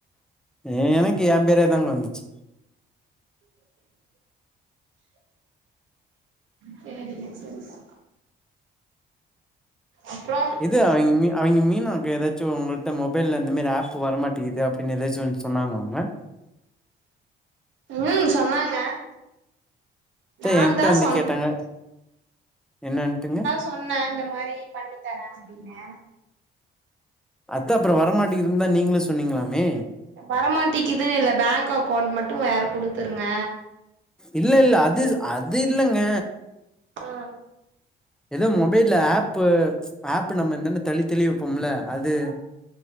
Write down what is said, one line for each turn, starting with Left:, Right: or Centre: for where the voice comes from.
Centre: ஏ எனக்கு ஏ பேரே தாங்க வந்துச்சு
Right: சேரிங்க சேரிங்க அப்புறோ
Centre: இது அவிங்க மீ அவிங்க மீனாக்கு ஏதாச்சும் உங்கள்ட்ட மொபைல்ல இந்த மாரி ஆப் வரமாட்டேங்குது பின்ன எதாச்சு வந்து சொன்னாங்களாங்க
Right: ம் சொன்னாங்க
Centre: அத
Right: நான்தா
Centre: ஏங்கிட்ட வந்து
Right: சொன்னே
Centre: கேட்டாங்க என்னானுட்டுங்க
Right: சொன்ன இந்த மாரி பண்ணி தரே அப்டின்னு
Centre: அதுதா அப்றோ வரமாட்டிங்குதுனு தா நீங்களு சொன்னீங்ளாமே
Right: வரமாட்டிக்கிதுனு இல்ல பேங்க் அக்கௌண்ட் மட்டு வேற குடுத்துருங்க
Centre: இல்ல இல்ல அதுஸ் அது இல்லங்க
Right: ஆ
Centre: எதோ மொபைல்ல ஆப்பு ஆப்பு நம்ம என்னெனு தள்ளி தள்ளி வெப்போம்ல அது
Right: ஆ